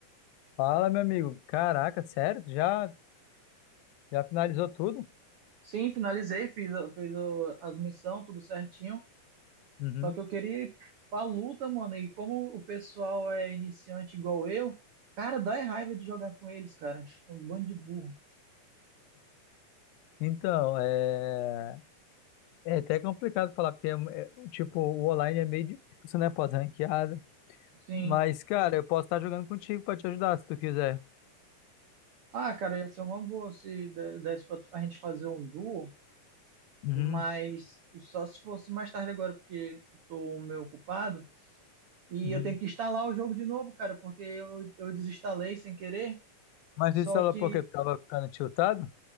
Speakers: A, on the left; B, on the right.
A: Fala, meu amigo. Caraca, sério? Já, já finalizou tudo?
B: Sim, finalizei, fiz, a- fiz o- as missões, tudo certinho.
A: Uhum.
B: Só que eu queria ir pra luta, mano. E como o pessoal é iniciante igual eu, cara, dá é raiva de jogar com eles, cara. Um bando de burro.
A: Então, é... é até complicado falar, porque, é, é, tipo, o online é meio difícil, né? Pode ranqueada.
B: Sim.
A: Mas, cara, eu posso estar jogando contigo pra te ajudar, se tu quiser.
B: Ah, cara, ia ser uma boa se de- desse pra a gente fazer um duo,
A: Uhum.
B: mas só se fosse mais tarde agora, porque eu tô um meio ocupado. E
A: Uhum.
B: eu tenho que instalar o jogo de novo, cara, porque eu, eu desinstalei sem querer.
A: Mas
B: Só
A: isso ela
B: que
A: porque eu tava ficando tiltado?